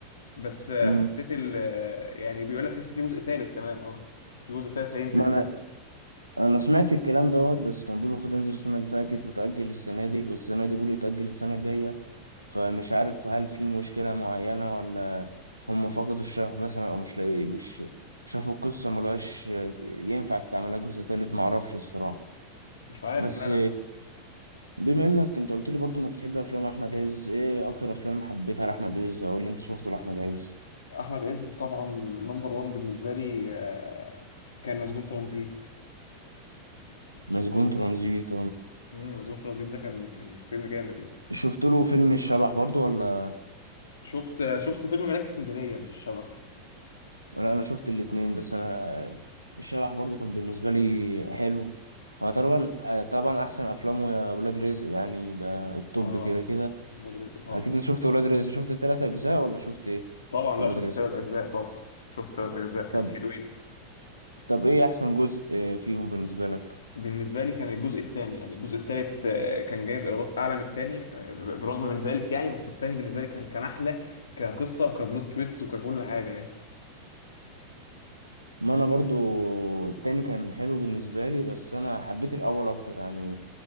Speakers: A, on the left; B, on the right.
A: بس آه،
B: امم
A: حسيت ال آه، يعني بيقول لك لسه في جزء تالت كمان اه في جزء تالت هينزل
B: ما
A: كمان
B: انا انا سمعت الكلام دوت بس كان بيقولوا المفروض انزل السنه اللي فاتت وتاجل السنه دي والسنه دي بيقولوا يتاجل السنه الجايه فمش عارف هل في مشكله معينه ولا هم فقدوا الشغف مثلا او مش لاقي مش شافوا القصه ملهاش ينفع تتعملها جزء تالت معرفش الصراحه
A: مش عارف
B: بس
A: بقى انا
B: بما انك انت قلت لي برضو انك بتحب افلام احمد عز ايه اكتر افلام حبيتها لاحمد عز او اللي انت شفته لاحمد عز
A: احمد عز طبعا نمبر وان بالنسبه لي آه، كان مسجون ترانزيت
B: مسجون
A: مسجون
B: ترانزيت
A: مم، مسجون ترانزيت ده كان كان فيلم جامد يعني
B: شفت له فيلم الشبح برضو ولا
A: شفت شفت فيلم ملاك اسكندرية مش الشبح
B: ولا انا شفت الاتنين بس انا الشبح برضو كان بالنسبه لي حلو هو طبعا طبعا احسن افلامه يا ولاد رزق يعني ده التوب
A: اه
B: كده كده
A: ولاد رزق طبعا
B: اكيد انت شفت ولاد رزق شفت التلات اجزاء ولا شفت ايه
A: طبعا
B: في
A: لا
B: ولاد
A: شفت
B: رزق
A: ثلاث أجزاء طبعا شفت ثلاث أجزاء كان
B: طب
A: حلوين
B: طب ايه احسن جزء آه، فيهم بالنسبه لك
A: بالنسبة لي كان الجزء الثاني يعني الجزء الثالث كان جايب إيرادات أعلى من الثاني آه، برغم من ذلك يعني بس الثاني بالنسبة لي كان كان أحلى كقصة وكبلوت تويست وككل حاجة يعني
B: ما انا برضو التاني كان حلو بالنسبه لي بس انا حبيت الاول اكتر يعني